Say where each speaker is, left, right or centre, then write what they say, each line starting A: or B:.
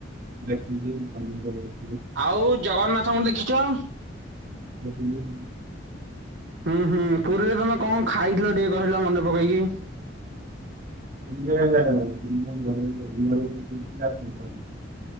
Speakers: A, on the right; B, on the right.
A: ଦେଖିଚି ସମୁଦ୍ର କୂଳ
B: ଆଉ ଜଗନ୍ନାଥଙ୍କୁ ଦେଖିଚ?
A: ଦେଖିଚି।
B: ହୁଁ ହୁଁ ପୁରୀରେ ତମେ କଣ ଖାଇଥିଲ ଟିକେ କହିଲ ମନେ ପକେଇକି?
A: <unintelligible>